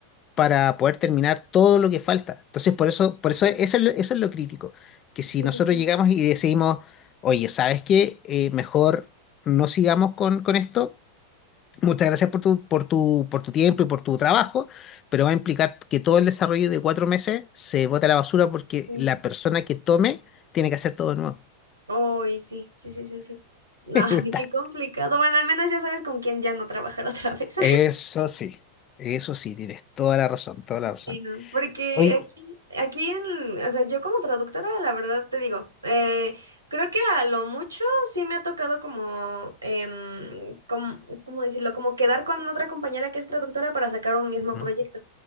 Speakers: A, on the left; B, on the right.
A: para poder terminar todo lo que falta. Entonces, por eso, por eso, eso es lo, eso es lo crítico, que
B: sí,
A: si nosotros
B: sí.
A: llegamos y decidimos, oye, ¿sabes qué? Eh, mejor no sigamos con, con esto Muchas gracias por tu, por tu, por tu tiempo y por tu trabajo, pero va a implicar que todo el desarrollo de cuatro meses se bote a la basura porque
B: sí.
A: la persona que tome tiene que hacer todo de nuevo.
B: Uy, sí, sí, sí, sí, sí. No,
A: <laughs> Está.
B: <laughs> qué complicado. Bueno, al menos ya sabes con quién ya no trabajar otra vez.
A: Eso sí, eso sí, tienes toda la razón, toda la razón.
B: Sí, no, Porque
A: Oye,
B: aquí, aquí en, o sea, yo como traductora, la verdad te digo, eh, creo que a lo mucho sí me ha tocado como, em, como, ¿cómo decirlo? Como quedar con otra compañera que es traductora para sacar un mismo
A: Ujú,
B: proyecto.